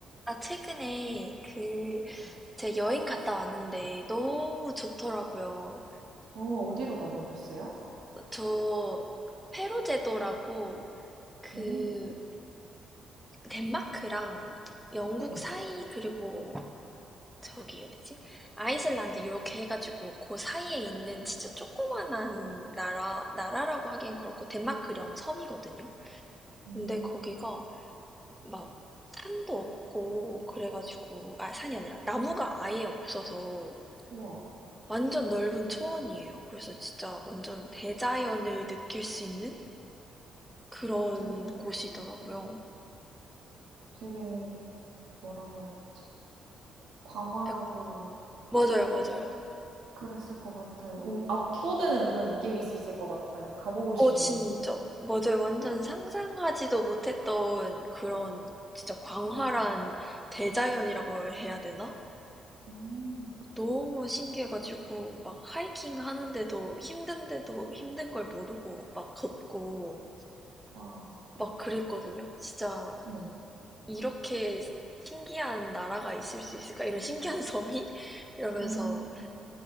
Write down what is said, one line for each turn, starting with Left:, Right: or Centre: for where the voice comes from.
Centre: 아, 최근에 그,
Right: 네.
Centre: 제 여행 갔다 왔는데 너무 좋더라고요.
Right: 어, 어디로 다녀오셨어요?
Centre: 저, 페로 제도라고 그,
Right: 오,
Centre: 덴마크랑 영국
Right: 네.
Centre: 사이, 그리고 저기 어디지? 아이슬란드 이렇게 해가지고 그 사이에 있는 진짜 조그만한 나라, 나라라고 하기엔 그렇고 덴마크령 섬이거든요.
Right: 음,
Centre: 근데 거기가 막 산도 없고 그래가지고, 아, 산이 아니라 나무가 아예 없어서
Right: 우와,
Centre: 완전 넓은 초원이에요. 그래서 진짜 완전 대자연을 느낄 수 있는 그런
Right: 되게,
Centre: 곳이더라고요.
Right: 와, 되게, 뭐라고 해야 되지? 광활하고
Centre: 약- 맞아요, 맞아요.
Right: 그랬을 것 같아요. 음, 압도되는 그런 느낌이 있었을 것 같아요. 가보고
Centre: 어,
Right: 싶네요.
Centre: 진짜. 맞아요. 완전 상상하지도 못했던 그런 진짜 광활한
Right: 와
Centre: 대자연이라고 해야 되나?
Right: 음,
Centre: 너무 신기해가지고 막 하이킹 하는데도 힘든데도 힘든 걸 모르고 막 걷고
Right: 와
Centre: 막 그랬거든요. 진짜
Right: 네,
Centre: 이렇게 신기한 나라가 있을 수 있을까? 이런 신기한 섬이? <laughs> 이러면서
Right: 음,